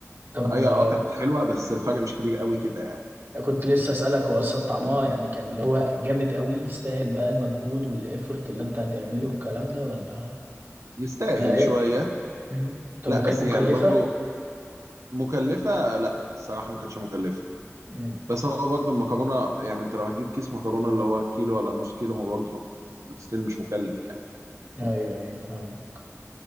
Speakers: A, on the right (about 45°); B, on the right (about 75°).
A: طب
B: اي
A: آه،
B: اه كانت حلوه بس الفرق مش كبير قوي كده يعني
A: كنت لسه اسالك هو اصلا طعمها يعني كان اللي هو جامد قوي يستاهل بقى المجهود والافورت اللي انت هتعمله والكلام ده ولا
B: يستاهل
A: ولا ايه
B: شويه
A: مم. طب
B: لا
A: وكانت
B: بس
A: مكلفه
B: يعني برضو مكلفه لا الصراحه ما كانتش مكلفه
A: امم
B: بس هو برضو المكرونه يعني انت لو هتجيب كيس مكرونه اللي هو كيلو ولا نص كيلو هو برضو ستيل مش مكلف يعني
A: ايوه ايوه فاهمك